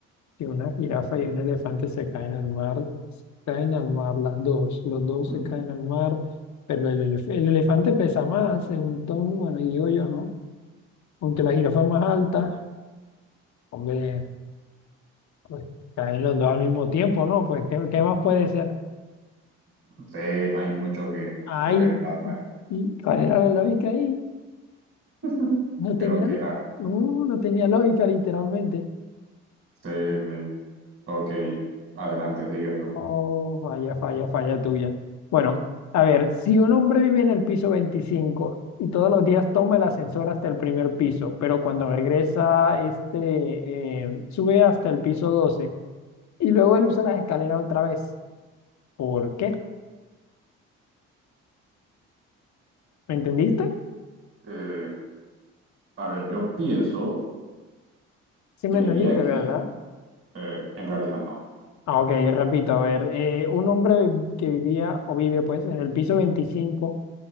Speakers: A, on the left (about 60°); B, on the right (about 40°).
A: Si una jirafa y un elefante se caen al mar, se caen al mar las dos, los dos
B: <laughs>
A: se caen al mar, pero el, elef- el elefante pesa más, entonces, bueno, digo yo, ¿no? Aunque la jirafa es más alta, hombre, pues caen los dos al mismo tiempo, ¿no? Pues, ¿qué, qué más puede ser?
B: Sí, no hay mucho que,
A: Ay,
B: que pensar ahí.
A: ¿y ¿cuál era la lógica ahí?
B: <laughs>
A: No tenía,
B: Creo que era.
A: no, no tenía lógica, literalmente.
B: Sí, sí. Ok, adelante, sigues tú.
A: Oh, falla, falla, falla tuya. Bueno, a ver, si un hombre vive en el piso 25 y todos los días toma el ascensor hasta el primer piso, pero cuando regresa, este, eh, sube hasta el piso 12 y luego él usa las escaleras otra vez. ¿Por qué? ¿Me entendiste?
B: Eh, a ver, yo pienso,
A: Sí, me
B: creería
A: entendiste,
B: que,
A: ¿verdad?
B: eh, en realidad no.
A: Ah, ok, repito, a ver, eh, un hombre que vivía o vive pues en el piso 25.